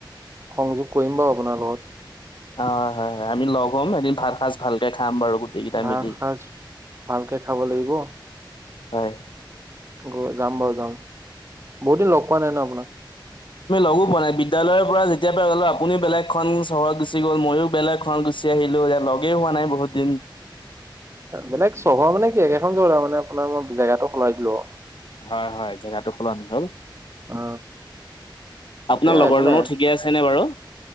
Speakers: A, on the right; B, on the left.
A: সংযোগ কৰিম বাৰু আপোনাৰ লগত।
B: হয় হয় হয় হয় আমি লগ হ'ম এদিন ভাত সাজ ভালকে খাম বাৰু। গোটেই কেইটা
A: ভাত
B: মিলি।
A: সাজ ভালকে খাব লাগিব।
B: হয় নাই
A: গৈ যাম বাৰু যাম বহুত দিন লগ পোৱা নাই ন আপোনাক
B: তুমি লগো পোৱা বিদ্যালয়ৰ পৰা যেতিয় পৰা গ'লো আপুনিও বেলেগখন চহৰত গুচি গ'ল মইও বেলেগ খন গুচি আহিলো এতিয়া লগে হোৱা নাই বহুত দিন
A: বেলেগ চহৰ মানে কি একেখন চহৰতে আও আৰু মানে আপোনাৰ মই জেগাটো সলাই দিলো আও।
B: হয় হয় জেগাটো সলনি হ'ল।
A: অ সেইটোয়ে
B: আপোনাৰ লগৰ
A: একো নাই
B: জনো ঠিকে আছেনে বাৰু?